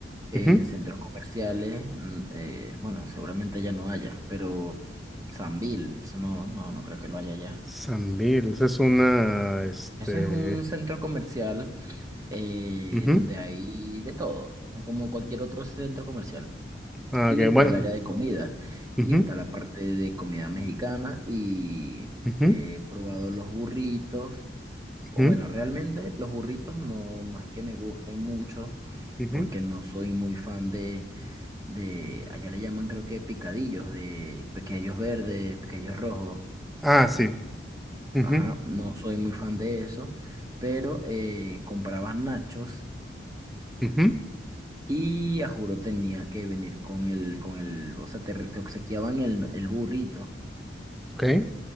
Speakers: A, on the right; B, in the centre.
A: en
B: Ujú.
A: centros comerciales. mm, eh, bueno, seguramente ya no haya, pero Sambil, eso no, no, no creo que lo haya ya.
B: Sambil, esa es una, este,
A: Eso es un centro comercial eh,
B: ujú.
A: donde hay de todo, como cualquier otro centro comercial.
B: Ah,
A: Y
B: ok,
A: está
B: bueno.
A: el área de comida,
B: Ujú,
A: y está la parte de comida mexicana, y
B: ujú,
A: he probado los burritos.
B: ujú,
A: o Bueno, realmente los burritos no, no es que me gusten mucho,
B: ujú.
A: porque no soy muy fan de, de, allá le llaman creo que picadillos, de pequeños verdes, pequeños rojos.
B: Ah, sí. Ujú,
A: Ajá, no soy muy fan de eso, pero eh, comprabas nachos
B: ujú,
A: y a juro tenía que venir con el, con el, o sea, te, re- te obsequiaban el, el burrito.
B: ok.